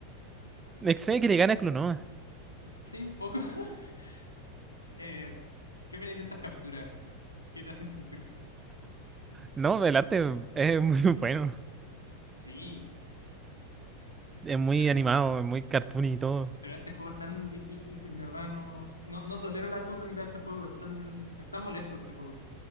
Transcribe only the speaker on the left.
Sí, un poco. <laughs> Eh, ¿qué viene de estas capturas? ¿Qué te hacen sentir?
Sí,
pero,
pero este juego es tan difícil, de verdad, no, no, no tolero la segunda mitad de este juego, es tan, es tan molesto este juego.